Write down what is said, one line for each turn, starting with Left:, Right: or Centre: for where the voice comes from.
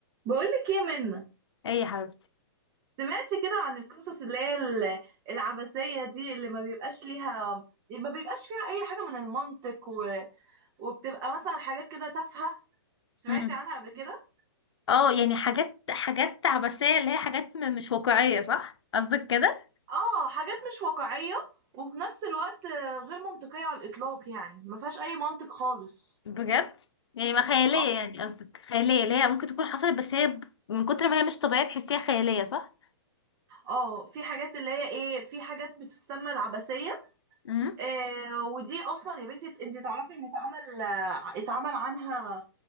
Right: بقولك ايه منا
Left: ايه يا حبيبتي
Right: سمعتي كده عن القصص اللي هي ال- العبثية دي اللي ما بيبقاش ليها ما بيبقاش فيها أي حاجة من المنطق و... وبتبقى مثلا حاجات كده تافهة سمعتي
Left: امم
Right: عنها قبل كده؟
Left: اه يعني حاجات حاجات عبثية اللي هي حاجات م- مش واقعية صح قصدك كده
Right: اه حاجات مش واقعية وفي نفس الوقت آه، غير منطقية على الإطلاق يعني ما فيهاش أي منطق خالص
Left: بجد يعني ما خيالية
Right: اه
Left: يعني قصدك خيالية اللي هي ممكن تكون حصلت بس هي ب- من كتر ما هي مش طبيعية تحسيها خيالية صح
Right: آه، في حاجات اللي هي ايه في حاجات بتتسمى العبثية
Left: امم
Right: آه ودي أصلا يا بنتي انت تعرفي ان اتعمل آه، اتعمل عنها